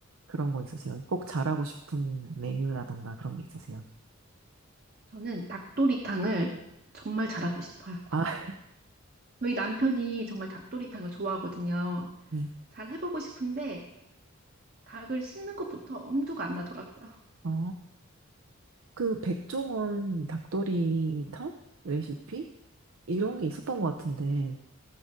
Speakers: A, on the right; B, on the right.
A: 그런 거 있으세요? 꼭 잘하고 싶은 메뉴라던가 그런 게 있으세요?
B: 저는 닭도리탕을 정말 잘하고 싶어요.
A: 아, <laughs>
B: 저희 남편이 정말 닭도리탕을 좋아하거든요.
A: 네.
B: 잘 해보고 싶은데 닭을 씹는 것부터 엄두가 안 나더라고요.
A: 아, 그 백종원 닭도리탕 레시피? 이런 게 있었던 것 같은데
B: 네,